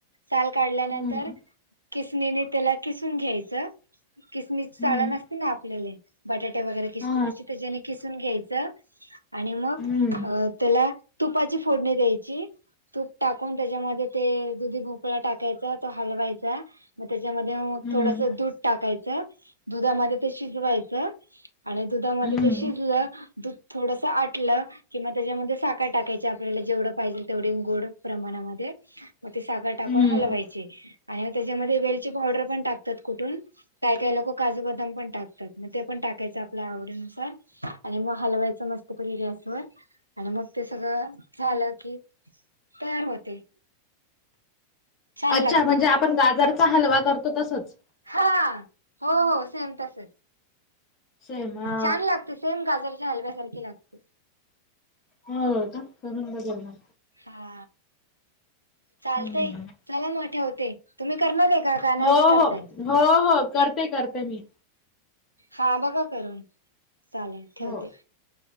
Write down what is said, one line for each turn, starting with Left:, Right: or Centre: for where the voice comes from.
Right: साल काढल्यानंतर
Left: हम्म.
Right: खिसणीने तेला खिसून घ्यायच खिसणीची
Left: हम्म
Right: चाळन असते ना आपल्याले बटाटे वगैरे खिसतो
Left: हा
Right: तशी तेज्याने खिसून घ्यायचं आणि मग
Left: हम्म
Right: अ तेला तुपाची फोडणी द्यायची. तूप टाकून तेच्यामध्ये ते दुधी भोपळा टाकायचा तो हलवायचा म तेच्यामध्ये
Left: हम्म
Right: थोडस दूध टाकायचं, दुधामध्ये ते शिजवायचं, आणि दुधामध्ये
Left: हम्म
Right: ते शिजलं, दूध थोडस आटलं कि म त्याच्यामध्ये साखर टाकायची आपल्याला जेवढं पाहिजेल तेवढी गोड प्रमाणामध्ये म ते साखर टाकून
Left: हम्म.
Right: हालवायची आणि मग तेच्यामध्ये वेलची पावडर पण टाक तात कुटून काय काय लोक काजू, बदाम पण टाकतात मग ते पण टाकायच आपल्या आवडीनुसार आणि म हालवायच मस्त प गॅसवर आणि मग ते सगळं झालं की तयार होते. छान
Left: अच्छा
Right: लागते
Left: म्हणजे आपण गाजरचा हालवा करतो तसच.
Right: हा हो हो सेम तसच.
Left: सेम हा
Right: छान लागते सेम गाजरच्या हलव्यासारखी लागते.
Left: हो का करून बघेल म.
Right: हा चालतय
Left: हम्म.
Right: चला म ठेवते. तुम्ही करणार ये का का
Left: हो
Right: नंतर करताय?
Left: हो हो हो करते करते मी
Right: हा बघा करून चालेल ठेवते.
Left: हो